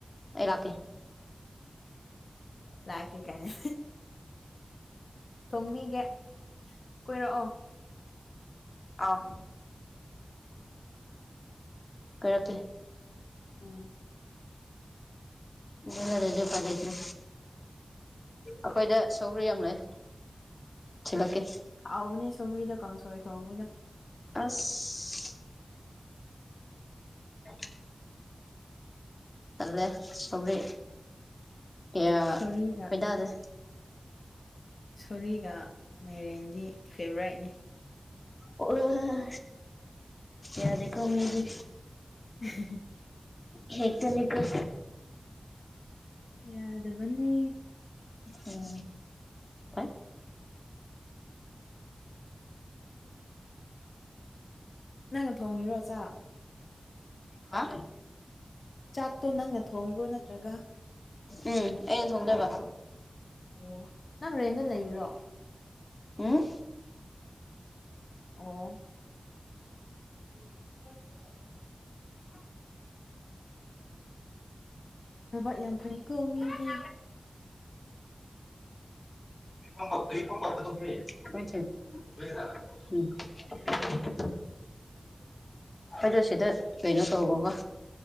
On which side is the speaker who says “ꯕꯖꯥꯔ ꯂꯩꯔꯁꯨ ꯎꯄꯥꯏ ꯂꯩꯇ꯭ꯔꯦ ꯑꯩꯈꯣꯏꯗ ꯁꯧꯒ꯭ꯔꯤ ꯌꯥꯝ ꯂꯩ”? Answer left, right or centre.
Left